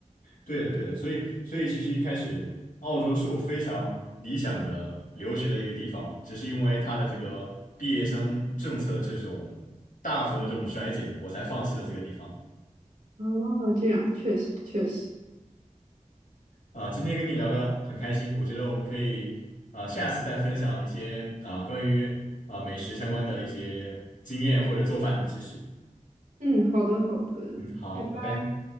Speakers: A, on the left (about 80°); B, on the right (about 75°).
A: 对的，对的，所以所以其实一开始澳洲是我非常理想的留学的一个地方，只是因为它的这个毕业生政策的这种大幅的这种衰减，我才放弃了这个地方。
B: 哦，这样确实确实，
A: 啊、今天跟你聊得很开心，我觉得我们可以啊、呃下次再分享一些啊、关于啊、美食相关的一些经验或者做饭的知识。
B: 嗯，好的好的，
A: 嗯，好，
B: 拜拜。
A: 拜拜。